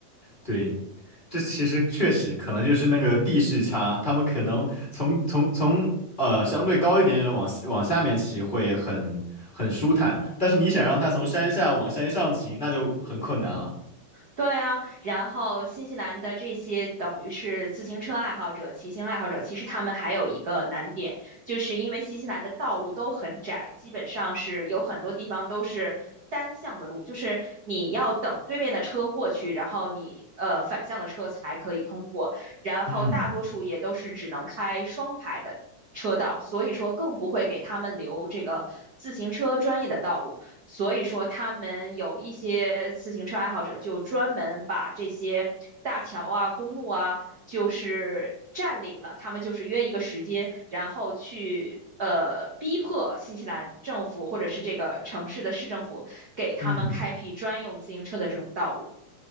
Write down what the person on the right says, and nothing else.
对啊，然后新西兰的这些等于是自行车爱好者、骑行爱好者，其实他们还有一个难点，就是因为新西兰的道路都很窄，基本上是有很多地方都是单向的路，就是你要等对面的车过去，然后你呃反向的车才可以通过，然后大多数也都是只能开双排的车道，
所以说更不会给他们留这个自行车专业的道路。所以说，他们有一些自行车爱好者就专门把这些大桥啊、公路啊，就是占领了。他们就是约一个时间，然后去呃逼迫新西兰政府或者是这个城市的市政府给他们开辟专用自行车的这种道路，